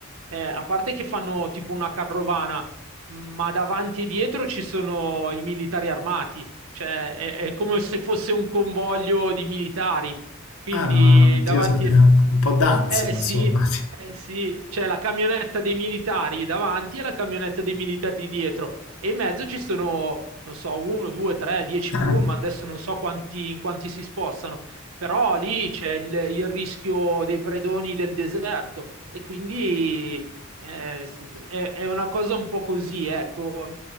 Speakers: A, on the right; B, on the left.
A: eh, a parte che fanno tipo una carovana, ma davanti e dietro ci sono i militari armati, cioè è, è come se fosse un convoglio di militari. Quindi
B: Ah, no, no, no, Dio,
A: davanti,
B: sempre un po' d'ansia,
A: eh
B: insomma.
A: sì, eh sì, c'è la camionetta dei militari davanti e la camionetta dei militari dietro e in mezzo ci sono, non so, uno, due, tre, dieci
B: <laughs>
A: pullman, adesso non so quanti, in quanti si spostano, però lì c'è il, il rischio dei predoni del deserto e quindi eh, s- è, è una cosa un po' così, ecco,